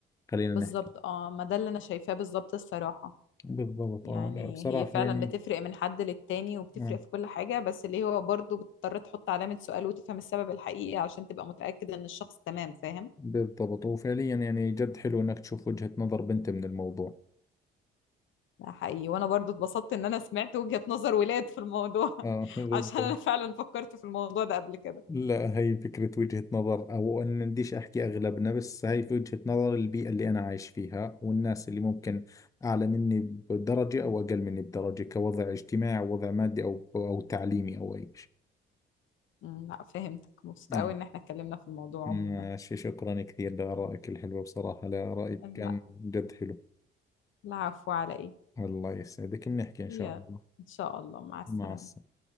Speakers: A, on the left; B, on the left.
A: خلينا
B: بالظبط
A: نحكي
B: اه ما ده اللي انا شايفاه بالظبط الصراحة
A: بالضبط
B: يعني
A: اه لا بصراحة
B: هي فعلا
A: يعني
B: بتفرق من حد للتاني وبتفرق
A: آه.
B: في كل حاجة بس اللي هو برضه بتضطر تحط علامة سؤال وتفهم السبب الحقيقي عشان تبقى متأكد ان الشخص تمام فاهم
A: بالضبط وفعليا يعني جد حلو انك تشوف وجهة نظر بنت من الموضوع
B: ده حقيقي وانا برضو اتبسطت ان انا سمعت وجهة نظر ولاد في الموضوع
A: اه
B: <laughs>
A: بالضبط
B: عشان انا فعلا فكرت في الموضوع ده قبل كده
A: لا هي فكرة وجهة نظر أو أن بديش أحكي أغلبنا بس هي في وجهة نظر البيئة اللي أنا عايش فيها والناس اللي ممكن أعلى مني بدرجة أو أقل مني بدرجة كوضع اجتماعي أو وضع مادي أو أو تعليمي أو أي شيء
B: أمم، لا فهمتك مبسوطة
A: نعم
B: قوي ان احنا اتكلمنا في الموضوع
A: ماشي
B: عموما
A: شكرا كثير لآرائك الحلوة بصراحة لا رأيك
B: لا
A: كان جد حلو
B: العفو على ايه
A: الله يسعدك بنحكي إن
B: هي
A: شاء الله
B: ان شاء الله مع السلامة
A: مع السلامة